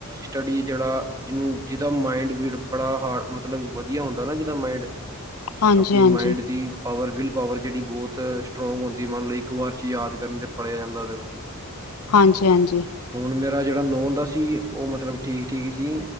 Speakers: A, on the right (about 15°); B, on the left (about 85°).
A: ਸਟਡੀ ਜਿਹੜਾ ਜਿਹਨੂੰ ਜਿਹਦਾ ਮਾਇੰਡ ਬੜਾ ਹਾਰਡ ਮਤਲਬ ਬੜਾ ਵਧੀਆ ਹੁੰਦਾ ਨਾ ਜਿਹਦਾ ਮਾਇੰਡ।
B: ਹਾਂਜੀ
A: ਆਪਣੇ
B: ਹਾਂਜੀ
A: ਮਾਇੰਡ ਦੀ ਪਾਵਰ ਵਿਲ ਪਾਵਰ ਜਿਹੜੀ ਬਹੁਤ ਸਟਰੋਂਗ ਹੁੰ ਮੰਨ ਲਓ, ਇੱਕ ਵਾਰ ਪੜ੍ਹਨ ਜਾਂ ਯਾਦ ਕਰਨ ਨਾਲ ਹੀ ਉਸ ਨੂੰ ਸਭ ਕੁਝ ਯਾਦ ਹੋ ਜਾਂਦਾ ਹੈ।
B: ਹਾਂਜੀ, ਹਾਂਜੀ!
A: ਹੁਣ ਮੇਰਾ ਜਿਹੜਾ ਨੋਨ ਦਾ ਸੀ ਉਹ ਮਤਲਬ ਠੀਕ ਠੀਕ ਸੀ